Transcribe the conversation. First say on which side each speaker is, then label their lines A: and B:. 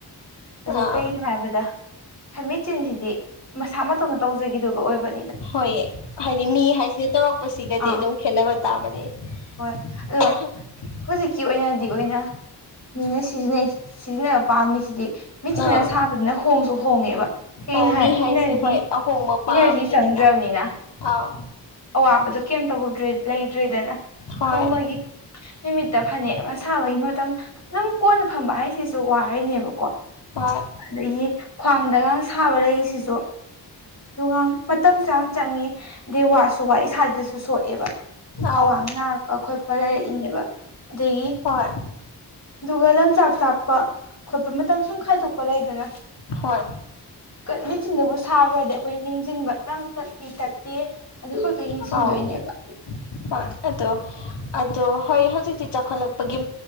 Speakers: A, on the left; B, on the left.
A: ꯑꯥ
B: ꯑ ꯀꯒꯤꯅꯣ ꯍꯥꯏꯕꯗ ꯍꯥꯏꯃꯦꯠ ꯆꯁꯤꯗꯤ ꯃꯁꯥ ꯃꯇꯧꯅ ꯇꯧꯖꯒꯦ ꯗ ꯑꯣꯏꯕ
A: ꯍꯣꯏꯑ ꯍꯥꯏꯗꯤ ꯃꯤ ꯍꯥꯏꯁꯤꯅ ꯇꯧꯔꯛꯄꯁꯤꯒꯗꯤ
B: ꯑꯥ
A: ꯑꯗꯨꯝ ꯈꯦꯠꯅꯕ ꯇꯥꯕꯅꯦ
B: ꯍꯣꯏ
A: <unintelligible>
B: ꯑꯗꯣ ꯍꯧꯖꯤꯛꯀꯤ ꯑꯣꯏꯅꯗꯤ ꯑꯣꯏꯅ ꯃꯤꯅ ꯁꯤꯖꯤꯟꯅꯩ ꯁꯤꯖꯤꯟꯅꯕ ꯄꯥꯝꯃꯤꯁꯤꯗꯤ ꯃꯦꯆꯤꯤꯟ
A: ꯑꯥ
B: ꯁꯥꯕꯗꯨꯅ ꯍꯣꯡꯁꯨ ꯍꯣꯡꯉꯦꯕ ꯀꯩꯒꯤꯅꯣ
A: ꯑꯧ
B: ꯍꯥꯏꯔꯗꯤ
A: ꯃꯤ ꯍꯥꯏꯁꯦ
B: ꯏꯅꯔꯖꯤ
A: ꯍꯣꯏ ꯑꯍꯣꯡꯕ ꯄꯥꯝꯃꯤꯗꯅ
B: ꯏꯅꯔꯖꯤ ꯆꯪꯗ꯭ꯔꯕꯅꯤꯅ
A: ꯑꯥꯎ
B: ꯑꯋꯥꯕꯗꯣ ꯀꯩꯝ ꯇꯧꯍꯧꯗ꯭ꯔꯦ ꯂꯩꯇ꯭ꯔꯦꯗꯅ
A: ꯍꯣꯏ
B: ꯅꯣꯡꯃꯒꯤ ꯅꯨꯃꯤꯠꯇ ꯐꯅꯦꯛ ꯁꯕꯍꯤ ꯃ ꯃꯇꯝ ꯑꯗꯨꯝ ꯀꯣꯟꯅ ꯐꯝꯕ ꯍꯥꯏꯁꯤꯁꯨ ꯋꯥꯔꯅꯦꯕꯀꯣ
A: ꯍꯣꯏ
B: ꯑꯗꯒꯤ ꯈ꯭ꯋꯥꯡꯗꯒꯥꯡ ꯁꯥꯕ ꯂꯩꯁꯤꯁꯨ ꯉ ꯃꯇꯝꯁꯨ ꯌꯥꯝ ꯆꯪꯉꯦ ꯑꯗꯩ ꯋꯥꯁꯨ ꯋꯥ ꯏꯁꯥꯗꯁꯨ ꯁꯣꯛꯑꯦꯕ ꯈ꯭ꯋꯥꯡ
A: ꯑꯧ
B: ꯅꯥꯔꯛꯄ ꯈꯣꯠꯄ ꯂꯩꯔꯛꯏꯅꯦꯕ ꯑꯗꯒꯤ
A: ꯍꯣꯏ
B: ꯑꯗꯨꯒ ꯂꯝꯪꯆꯥꯛ ꯆꯥꯛꯄ ꯈꯣꯠꯄ ꯃꯇꯝ ꯁꯨꯝ ꯈꯥꯏꯗꯣꯛꯄ ꯂꯩꯗꯅ
A: ꯍꯣꯏ
B: ꯀ ꯃꯦꯆꯤꯟꯗꯨꯕꯨ ꯁꯥꯈ꯭ꯔꯗꯤ ꯑꯩꯈꯣꯏ ꯅꯤꯡꯁꯤꯡꯟꯕ ꯅꯠꯄꯤ ꯇꯠꯇꯦ ꯑꯗꯨ ꯈꯛꯇ ꯌꯦꯡꯁꯤꯟꯗꯣꯏꯅꯦꯕ
A: ꯑꯥꯎ ꯍꯣꯏꯣ ꯑꯗꯣ ꯍꯣꯏ ꯍꯧꯖꯤꯛꯇꯤ ꯆꯥꯎꯈꯠꯂꯛꯄꯒꯤ